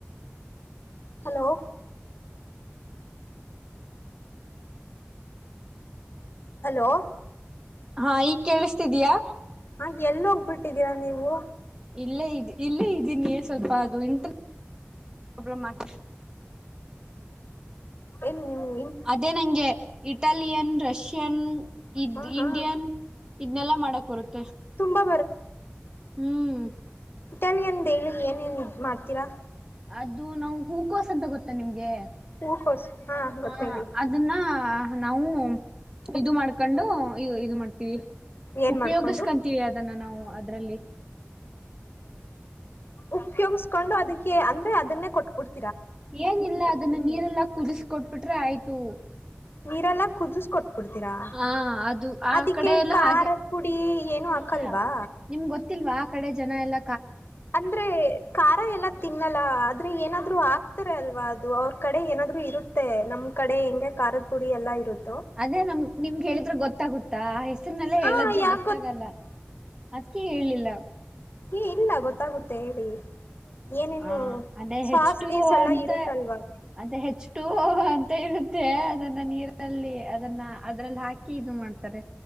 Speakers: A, on the left; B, on the right.
A: ಹಲೋ. ಹಲೋ.
B: ಹಾ ಈಗ್ ಕೇಳಿಸತಿದಯಾ.
A: ಹಾ ಎಲ್ಲಿ ಹೋಗ್ಬಿಟ್ಟಿದ್ದೀರಾ ನೀವು.
B: ಇಲ್ಲೇ ಇದ ಇಲ್ಲೇ ಇದ್ದೀನಿ ಸ್ವಲ್ಪ ಅದು ಇಂಟ್ರ. ಅಬ್ರ ಮಾಕ.
A: ಏನು ನಿ
B: ಅದೇ ನಂಗೆ ಇಟಾಲಿಯನ್ ರಷ್ಯನ್ ಇ
A: ಹಾ ಹಾ
B: ಇಂಡಿಯನ್, ಇದ್ನೆಲ್ಲಾ ಮಾಡಕ್ ಬರುತ್ತೆ
A: ತುಂಬಾ
B: ಹ್ಮ್.
A: ಇಟಾಲಿಯನ್ ಹೇಳಿ ಏನೇಏನ್ ಇದ್ ಮಾಡ್ತೀರಾ?
B: ಅದು ನಾವು ಹೂಕೋಸ್ ಅಂತ ಗೊತ್ತ ನಿಮ್ಗೆ
A: ಹೂಕೋಸು ಹಾ
B: ಹ
A: ಗೊತ್ತ ಹೇಳಿ
B: ಅದನ್ನ, ಹ ನಾವು ಇದು ಮಾಡ್ಕೊಂಡು, ಇದು ಮಾಡ್ತೀವಿ
A: ಏನ್
B: ಉಪಯೋಗಸ್ಕೊಂತೀವಿ
A: ಮಾಡ್ಕೊಂಡು
B: ಅದನ್ನ ನಾವು ಅದ್ರಲ್ಲಿ.
A: ಉಪ್ಯೋಗಸ್ಕೊಂಡು ಅದಕ್ಕೆ ಅಂದ್ರೆ ಅದನ್ನೇ ಕೊಟ್ಕಡ್ತ.
B: ಏನಿಲ್ಲ ಅದನ್ನ ನೀರೆಲ್ಲಾ ಕುದಿಸಕೊಟ್ಬಿಟ್ರೆ ಆಯ್ತು.
A: ನೀರೆಲ್ಲ ಕುದಿಸಕೊಟ್ಬಿಡ್ತೀರಾ
B: ಹ ಅದು ಆ
A: ಅದಿಕ್ಕೆ
B: ಕಡೆ ಎಲ್ಲ
A: ಖಾರದ
B: ಹಾಗೆ
A: ಪುಡಿ ಏನು, ಮಕ್ಕಲ್ವಾ?
B: ಇಲ್ಲ ನಿಮ್ಗ್ ಗೊತ್ತಿಲ್ವಾ ಆ ಕಡೆ ಜನ ಎಲ್ಲ,
A: ಅಂದ್ರೆ ಖಾರ ಎಲ್ಲ, ತಿನ್ನಲ್ಲ ಆದ್ರೆ ಏನಾದ್ರು ಆಗ್ತಾರ ಅಲ್ವಾ ಅದು ಅವ್ರ ಕಡೆ ಏನಾದ್ರು ಇರುತ್ತೆ ನಮ್ ಕಡೆ ಹೆಂಗ. ಕಾರದ ಪುಡಿ ಎಲ್ಲ ಇರುತ್ತೆ.
B: ಅದೇ ನಮ ನಿಮ್ಗೆ ಹೇಳಿದ್ರೆ ಗೊತ್ತಾಗುತ್ತಾ ಹೆಸ್ರನೆಲ್ಲ
A: ಹಾ
B: ಹೇಳದ್ರೆ
A: ಯಾಕ
B: ಗೊತ್ತಾಗಲ್ಲ. ಅದಕೇ ಹೇಳೇಲಿಲ್ಲ.
A: ಏ ಇಲ್ಲ ಗೊತ್ತಾಗುತ್ತೆ ಹೇಳಿ ಏನೇನು
B: ಹ ಅದೇ
A: ಸಾಸ್
B: ಹೆಚ್ು
A: ಗೀಸ್ ಎಲ್ಲ
B: ಅಂತ
A: ಇರುತ್ತಲ್ವಾ
B: ಅದ ಹೆಚ್ಚು ಅಂತ. ಇರುತ್ತೆ ಅದನ್ನ ನೀರಲ್ಲಿ ಅದನ್ನ ಅದ್ರಲ್ಲಿ ಹಾಕಿ. ಇದು ಮಾಡ್ತಾರೆ.